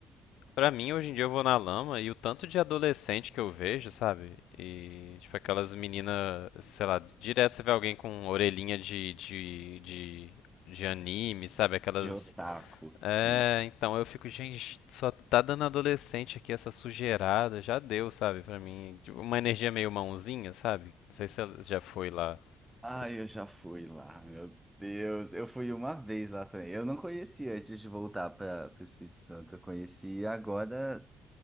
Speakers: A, on the left; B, in the centre.
A: Pra mim, hoje em dia eu vou na lama e o tanto de adolescente que eu vejo, sabe? E, tipo, aquelas meninas, sei lá, direto você vê alguém com orelhinha de, de, de, de anime, sabe? Aquelas
B: De otaku, sim.
A: é, então eu fico, gente, só tá dando adolescente aqui essa sujeirada, já deu, sabe, pra mim. Tipo, Uma energia meio mãozinha, sabe? Não sei se ela já foi lá.
B: Ah,
A: Eu s-
B: eu já fui lá, meu Deus. Eu fui uma vez lá também. Eu não conhecia antes de voltar para o Espírito Santo. Eu conheci agora,